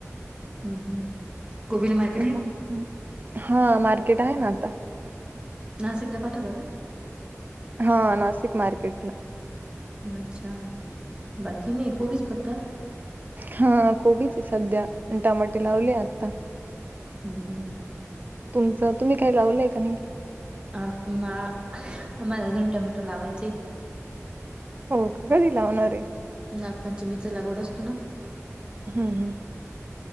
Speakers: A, on the right; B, on the right.
A: हम्म हम्म कोबीला मार्केट
B: काय
A: आहे
B: मं <unintelligible> हा मार्केट आहे ना आता
A: नाशिकला पाठवता का?
B: हो नाशिक मार्केटला
A: अच्छा बाकी नाही कोबीच फक्त
B: हा कोबीचये सध्या टमाटे लावले आता
A: हम्म हम्म.
B: तुमचं तुम्ही काही लावलंय का.
A: आ आम्हाला अजून टमॅटो लावायचे.
B: हो का कधी लावणारे.
A: नागपंचमीचा लागवड असतो ना.
B: हम्म हम्म.